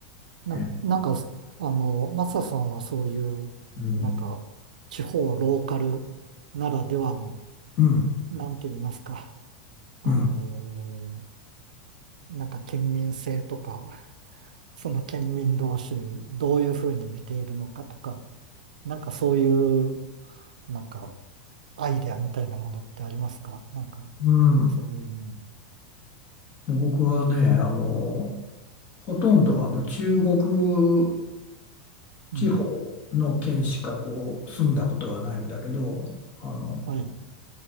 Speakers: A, on the right (about 80°); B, on the left (about 45°).
A: な、
B: え
A: なんか、あの、マサさんはそういう、
B: うん。
A: なんか、地方ローカルならではの、
B: うん。
A: なんて言いますか、あの
B: うん。
A: ーなんか県民性とか、その県民同士、どういうふうに見ているのかとか、なんかそういう、なんか、アイデアみたいなものってありますかなんか、
B: うん。
A: そういう、うん、
B: もう僕はね、あの、ほとんどあの中国
A: うん、
B: 地方の県しかこう住んだことがないんだけど、あの、
A: はい、